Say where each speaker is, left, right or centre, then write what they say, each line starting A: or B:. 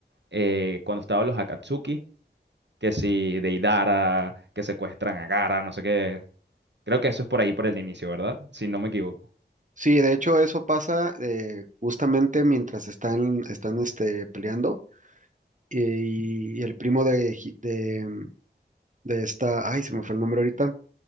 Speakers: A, on the right; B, on the right.
A: eh, cuando estaban los Akatsuki, que si Deidara, que secuestran a Gaara, no sé qué. Creo que eso es por ahí, por el inicio, ¿verdad? Si no me equivoco.
B: sí, de hecho eso pasa eh, justamente mientras están, están este, peleando, eh, y, y el primo de, Hi- de, de esta, ay, se me fue el nombre ahorita,